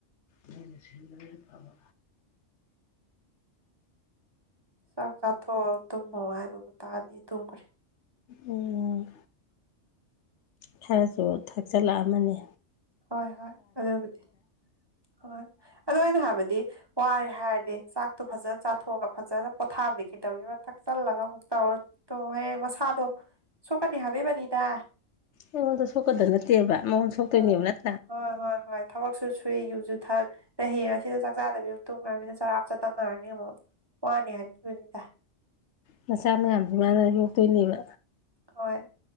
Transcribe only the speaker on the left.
ꯃꯣꯏꯅ ꯁꯤꯟꯕꯅ ꯍ ꯐꯕ
ꯑꯣ ꯈꯔꯁꯨ ꯊꯛꯆꯤꯜꯂꯛꯑ ꯑꯃꯅꯤ
ꯑꯩꯉꯣꯟꯗ ꯁꯧꯀꯗ ꯅꯠꯇꯦꯕ ꯃꯉꯣꯟ ꯁꯧꯇꯣꯏꯅꯦꯕꯅ
ꯅꯆꯥ ꯃꯌꯥꯝꯁꯤ ꯃꯥꯅ ꯌꯣꯛꯇꯣꯏꯅꯦꯕ